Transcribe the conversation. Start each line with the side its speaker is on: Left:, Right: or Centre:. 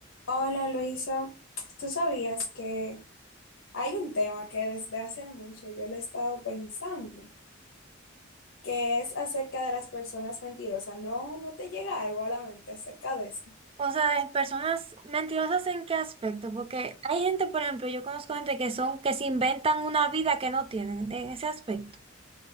Left: Hola Luisa, ¿tú sabías que hay un tema que desde hace mucho yo lo he estado pensando, que es acerca de las personas mentirosas? ¿No, no te llega algo a la mente acerca de eso?
Right: O sea, de personas mentirosas en qué aspecto, porque hay gente, por ejemplo, yo conozco gente que son, que se inventan una vida que no tienen en ese aspecto.